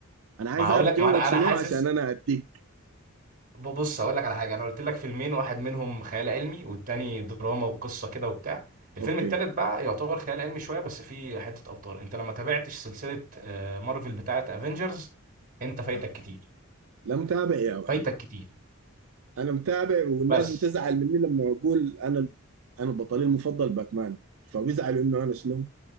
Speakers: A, on the right (about 70°); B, on the right (about 40°).
A: انا عايز
B: ما هقول
A: اعرف
B: لك
A: جوك
B: ما انا
A: شنو
B: انا حاسس
A: عشان انا اديك
B: بص هقول لك على حاجه انا قلت لك فيلمين واحد منهم خيال علمي والتاني دراما وقصه كده وبتاع الفيلم
A: اوكي
B: التالت بقى يعتبر خيال علمي شويه بس فيه حته ابطال انت لما تابعتش سلسله آه، مارفل بتاعه افنجرز انت فايتك
A: آه.
B: كتير
A: لا متابع يا ولد
B: فايتك كتير
A: انا متابع والناس
B: بس
A: بتزعل مني لما اقول انا انا بطلي المفضل باتمان فبيزعلوا انه انا شنو